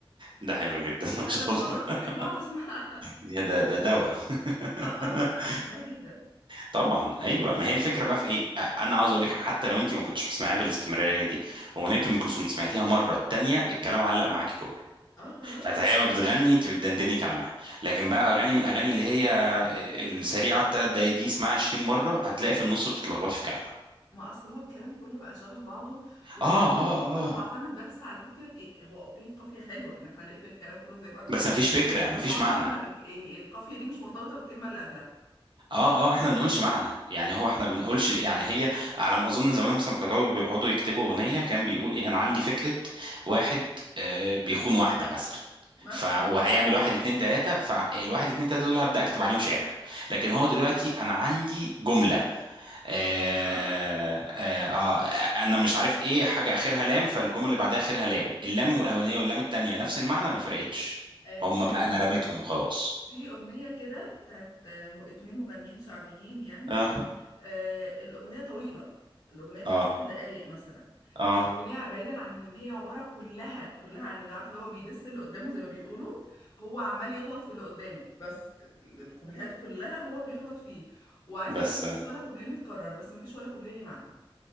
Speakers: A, on the right; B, on the left.
A: ده حلو جدا <laughs> ما
B: ثلاث
A: شاء الله
B: مرات في اليوم
A: <laughs>
B: بقعد اسمعها <laughs>
A: ده ده ده دواء <laughs>
B: اه اه بس انا بحبها جدا
A: طبعا ايوه ما هي الفكره بقى في ايه آه، انا عاوز اقول لك حتى لو انت ما كنتش بتسمعيها بالاستمراريه دي اغنيه ام كلثوم سمعتيها مره التانيه الكلام علق معاكي كله
B: اه خلاص
A: فهي بتغني انت بتدندني كلامها لكن بقى اغاني من الاغاني اللي هي آه، السريعه الثلاث دقايق دي اسمعها 20 مره هتلاقي في النص بتتلخبطي في كلامها
B: ما اصل هو الكلام كله بقى شبه بعضه وتحس
A: اه
B: ان
A: اه
B: هو كله
A: اه
B: معتمد بس على فكره ايه هو اوكي القافيه حلوه ان احنا نقفل الكلام كله زي بعض حلو
A: بس مفيش فكره
B: بس
A: مفيش
B: هو احنا
A: معنى
B: اصلا ما- يعني القافيه دي مش مرتبطه بالكلمه اللي قبلها
A: اه اه احنا بنقولش معنى يعني هو احنا بنقولش يعني هي على ما اظن زمان مثلا كانوا يقعدوا بيقعدوا يكتبوا اغنيه كان بيقول ايه انا عندي فكره واحد آه، بيخون واحده مثلا
B: مثلا
A: ف وهيعمل واحد اتنين تلاته فالواحد اتنين تلاته دول هبدا اكتب عليهم شعر لكن هو دلوقتي انا عندي جمله آه
B: اه
A: آه آه انا مش عارف ايه حاجه اخرها لام فالجمله اللي بعدها اخرها لام اللام الاولانيه واللام التانيه نفس المعنى ما فرقتش
B: آه، في
A: هم بقى انا رميتهم وخلاص
B: في أغنية كده بتاعت م- اتنين مغنيين شعبيين يعني
A: اه
B: آه، الأغنية طويلة الأغنية بتاع
A: اه
B: ست دقايق مثلا
A: اه
B: الأغنية بعيدا عن إن هي عبارة كلها كلها عن إن عارف اللي هو بيدس اللي قدامه زي ما بيقولوا هو عمال يغلط في اللي قدامه بس ال- الكوبليهات كلها هو بيغلط فيه وعايز أقول
A: بس
B: لك مفيش ولا كوبليه متكرر بس مفيش ولا كوبليه ليه معنى